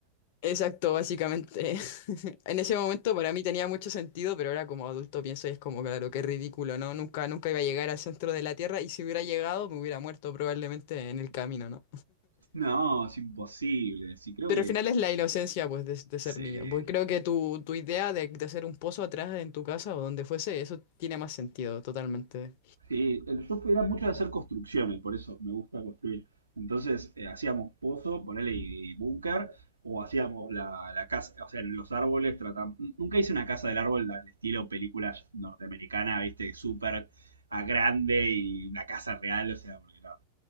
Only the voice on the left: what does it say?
Exacto, básicamente. En ese momento para mí tenía mucho sentido, pero ahora como adulto pienso y es como, claro, qué ridículo, ¿no? Nunca, nunca iba a llegar al centro de la Tierra y si hubiera llegado me hubiera muerto probablemente en el camino, ¿no?
Pero
al final es la inocencia, pues, de, de
ser niño. Pues creo que tu, tu idea de, de hacer un pozo atrás en tu casa o donde fuese, eso tiene más sentido, totalmente.